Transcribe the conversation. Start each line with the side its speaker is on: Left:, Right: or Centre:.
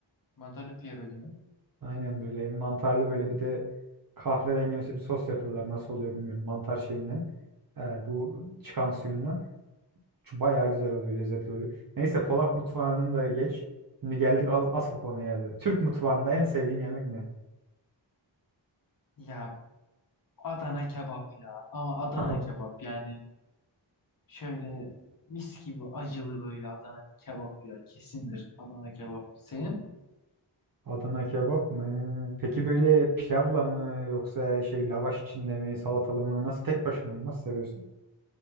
Left: Mantarlı pierogi mi?
Right: Aynen böyle mantarlı böyle bir de kahverengimsi bir sos yapıyorlar. Nasıl oluyor bilmiyorum. Mantar şeyinden. e, bu çıkan suyundan. Şu bayağı güzel oluyor, lezzetli oluyor. Neyse Polak mutfağını da geç. Şimdi geldik al- asıl konuya böyle. Türk mutfağında en sevdiğin yemek ne?
Left: Ya Adana kebap ya. Ama Adana
Right: <laughs>
Left: kebap yani şöyle mis gibi acılı böyle Adana bir kebap ya. Kesindir Adana kebap. Senin?
Right: Adana kebap mı? Peki böyle pilavla mı yoksa şey lavaş içinde mi, salatalı mı? Nasıl tek başına mı? Nasıl seviyorsun?